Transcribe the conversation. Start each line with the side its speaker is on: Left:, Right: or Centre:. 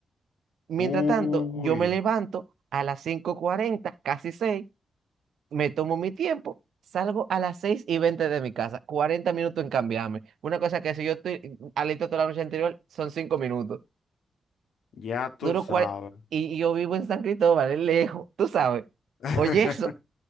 Right: Mientras
Left: Uy,
Right: tanto, yo me levanto a las cinco cuarenta casi seis me tomo mi tiempo, salgo a las 6 y 20 de mi casa, 40 minutos en cambiarme. Una cosa que si yo estoy alito toda la noche anterior, son 5 minutos.
Left: ya tú
Right: Duro
Left: sabes.
Right: cuarenta y, y yo vivo en San Cristóbal, es lejos, tú sabes.
Left: <laughs>
Right: Oye, eso.